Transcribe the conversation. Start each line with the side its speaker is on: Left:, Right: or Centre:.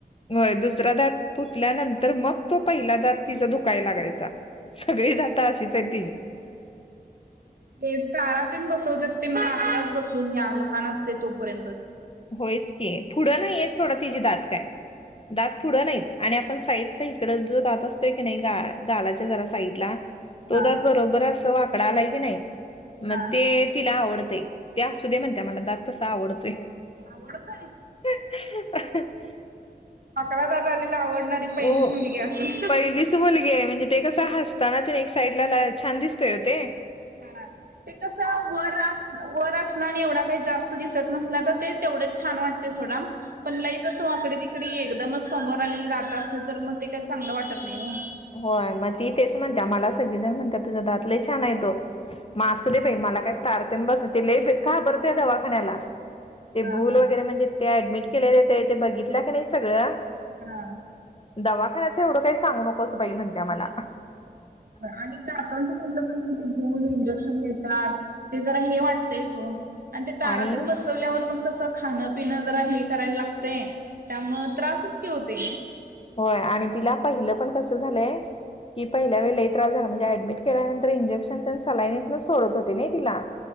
Left: होय दुसरा दात फुटल्यानंतर मग तो पहिला दात तिचा धुकाय लागायचा, सगळी दाता अशीच आहे तिची,
Right: ते तारातन बसवत ते मला आत्ताच बसून या्या लहान असते तोपर्यंत,
Left: होयच की पुढं नाहीयेत थोडं तिचीे दात काय, दात पुढं नाहीत आणि आपण साईडचा इकड जो दात असतोय की नाही ग गालाच्या जरा साईडला, तो
Right: हा
Left: दत बरोबर अस वाकडा आलाय की नाही
Right: हा.
Left: मग ते, तिला आवडतय त्या सुध म्हणत्या मला दात तसा आवडतोय.
Right: आवडतोय.
Left: <inaudible>
Right: वाकडा दात आलेला आवडणारी, पहिलीच
Left: हो
Right: मुलगी असेल.
Left: पहिलीच मुलगी आहे म्हणजे ते कस हसता ना तने एक साईड ला छान दिसते होते.
Right: ह ते कस वर, वर असला आणि एवढा काही जास्त दिसत नसला तर ते तेवढंच छान वाटते सोडा. पण लई जसो आकडे तिकडी एकदमच समोर आलेली राहत असते तर मग ते काही चांगलं वाटत नाही हो.
Left: होय मग ती तेच म्हणत मला सगळेजण म्हणतात तुझ्या दातला छान आहे तो. मासू
Right: हम्म
Left: दे बाई मला काही तारतेन बस ति ल घाबरत या दवाखान्याला, ते
Right: हा
Left: भूल
Right: हा
Left: वगैरे म्हणजे ते ऍडमिट केले जाते ते बघितलं का नाही सगळं,
Right: हा.
Left: दवाखान्याच एवढं काही सांगू नकोस बाई म्हणत्या मला,
Right: आणि आपण त म्हणलंल इंजेक्शन देतात. ते जरा हे वाटतंयच हो आणि ते तारातून
Left: आणि
Right: बस, वल्यावर पण कस खाणं पिण जरा हे करायला लागत त्यामु त्रासच क होते.
Left: होय आणि तिला पहिलं पण कसं झालंय. ती पहिल्या वेलाही त्रास झाला म्हणजे ऍडमिट केल्यानंतर इंजेक्शन त्यां सलायनीतन सोडत होते ना तिला,